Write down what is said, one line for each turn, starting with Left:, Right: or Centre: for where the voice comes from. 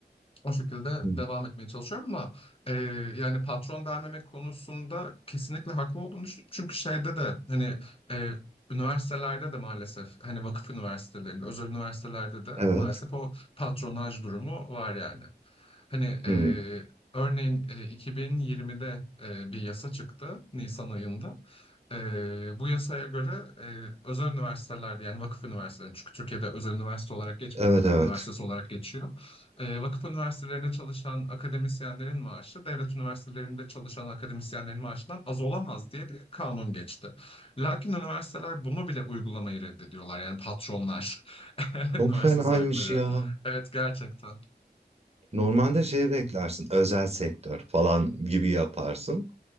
Left: O şekilde
Right: Hmm.
Left: devam etmeye çalışıyorum ama e, yani patron vermemek konusunda kesinlikle haklı olduğunu düşünüyorum. Çünkü şeyde de hani e, üniversitelerde de maalesef hani vakıf üniversitelerinde, özel üniversitelerde de
Right: Evet.
Left: maalesef o patronaj durumu var yani. Hani e,
Right: Hmm.
Left: örneğin e, 2020'de e, bir yasa çıktı Nisan ayında. E, bu yasaya göre e, özel üniversitelerde yani vakıf üniversiteleri çünkü Türkiye'de özel üniversite olarak geçmiyor,
Right: Evet
Left: vakıf
Right: evet.
Left: üniversitesi olarak geçiyor. E, vakıf üniversitelerinde çalışan akademisyenlerin maaşı devlet üniversitelerinde çalışan akademisyenlerin maaşından az olamaz diye bir kanun geçti. Lakin üniversiteler bunu bile uygulamayı reddediyorlar. Yani patronlar, <laughs>
Right: Çok
Left: üniversite
Right: fenaymış
Left: sahipleri.
Right: ya.
Left: Evet gerçekten.
Right: Normalde şey beklersin. Özel sektör falan gibi yaparsın.